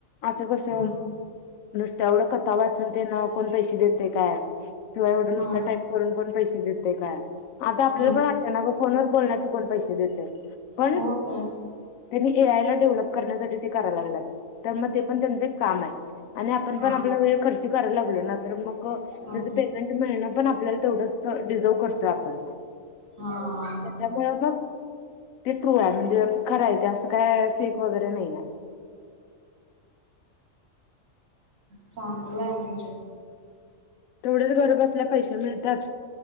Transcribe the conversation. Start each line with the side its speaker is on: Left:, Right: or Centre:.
Left: असं कसं
Right: हम्म
Left: नुसत एवढं कथा वाचून ते ना कोण पैसे देते काय किंवा एवढ नुसत
Right: हा
Left: टाईप करून कोण पैसे ेत काय आता आपल्याला
Right: हा
Left: पण वाटत ना ग फोन व बोलण्याकण पैसे देते पण
Right: हो काय
Left: त्यांनी ए आय ला डेव्हलप ण्यासाठी करा लाग तर मग ते पण त्यांच एक काम आहे आणि आपण
Right: हा
Left: पण आप वेळ खर् कराय लागले ना तर मग
Right: हा
Left: त्याच पेमेंट मिळणं पण आपल्याला तेवढंच डिझर्व करतो आपण
Right: हा
Left: त्याच्यामुळे मग टिटरू आहे म्हणजे खरायच असं काय फेक वगैरे नाही आहे
Right: चांगलंय म्हणजे
Left: तेवढ्याच घर बसल्या पैसे मिळतात